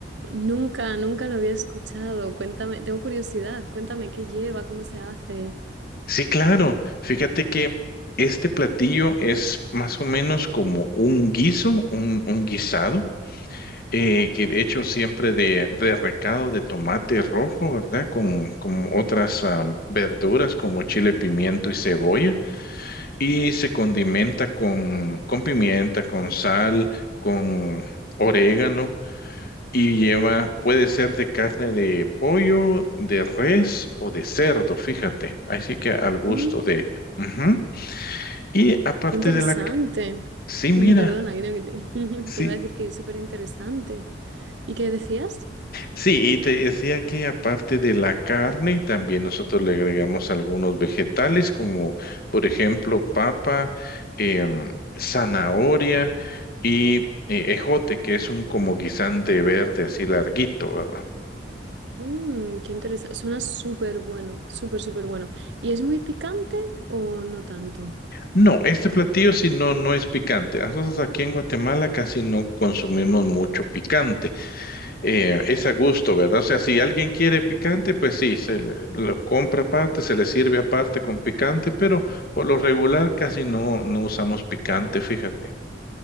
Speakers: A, on the right (about 85°); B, on the left (about 55°).
A: nunca, nunca lo había escuchado. Cuéntame, tengo curiosidad. Cuéntame qué lleva, cómo se hace.
B: Sí, claro. Fíjate que este platillo es más o menos como un guiso, un un guisado. eh, que de hecho siempre de, de recado de tomate rojo, ¿verdad? Con, con otras am, verduras como chile, pimiento y cebolla. Y se condimenta con, con pimienta, con sal, con orégano. Y lleva, puede ser de carne de pollo, de res o de cerdo, fíjate. Así que al gusto
A: Mm.
B: de... Ujú. Y aparte
A: Qué interesante.
B: de la... Sí, mira.
A: <laughs> Perdona, creo que te,
B: sí,
A: <laughs> te iba a decir que es súper interesante. ¿Y qué decías?
B: Sí, y te decía que aparte de la carne, también nosotros le agregamos algunos vegetales, como por ejemplo papa, em, zanahoria y eh, ejote, que es un como guisante verde así larguito, ¿verdad?
A: Mmm, qué interesante. Suena súper bueno, súper, súper bueno. ¿Y es muy picante o no tanto?
B: No, este platillo sí no, no es picante. Nosotros aquí en Guatemala casi no consumimos mucho picante. eh, es a gusto, ¿verdad? O sea, si alguien quiere picante, pues sí, se le- lo compra aparte, se le sirve aparte con picante, pero por lo regular casi no, no usamos picante, fíjate.